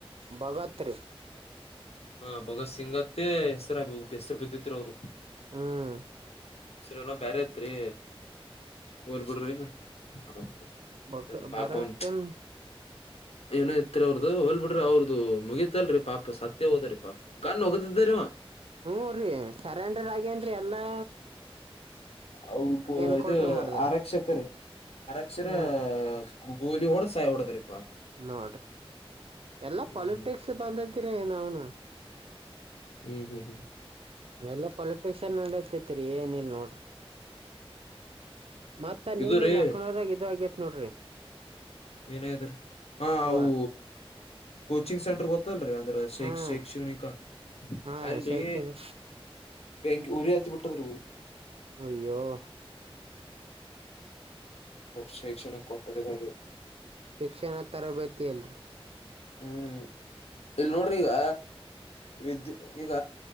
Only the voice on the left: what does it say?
ಹ ಭಗತ್ ಸಿಂಗತ್ತೇ ಹೆಸ್ರ ಹೆಸರು ಬಿದ್ದತ್ರಿ ಅವ್ರು.
ಹೇಸ್ರೆನೋ ಬ್ಯರೆ ತ್ರಿ ಹೋಲ್ ಬಿಡ್ರಿ. ಹ
ಪಾಪನ್
ಏ ರಿ ಅವ್ರದದು ಹೋಲ್ ಬಿಡ್ರಿ ಅವ್ರದ್ದ ಮುಗಿತಲ್ರಿ ಪಾಪ ಸತ್ಯ ಹೋದ್ರೀ ಪಾಪ ಗನ್ ಹೊಗತಿದ್ದೀವ
ಅ ಪ
ಇದು
ಆರಕ್ಷಕರು ಆರಕ್ಷರ
ಕೂ ಗೋಲಿಯೋಡ ಸಾಯೋಡ ತದ್ರಿ ಪಾ
ಹ್ಮ್
ಹ್ಮ್ ಹ್ಮ್ ಹ್ಮ್
ಇದು ರೀ
ಏನೇದ್ರರಿ ಹ
ಅವು ಕೋಚಿಂಗ್ ಸೆಂಟರ್ ಗೊ ಇತ್ತನ್ರಿ ಅಂದ್ರೆ ಶೈ
ಶೈಕ್ಷಣಿಕ
ಅಲ್ಲಿ.
ಬೆಂಕಿ ಉರಿ ಅತ್ದ್ಬುಟಾದೆ ಇವರ್ಗೆ.
ಶೈಕ್ಷಣ ಕಟ್ಟಡದಾಗೆ.
ಹ್ಮ್ ಇಲ್ ನೋಡ್ರಿ ಈಗ. ವಿದ್ಯುತ್ ಈಗ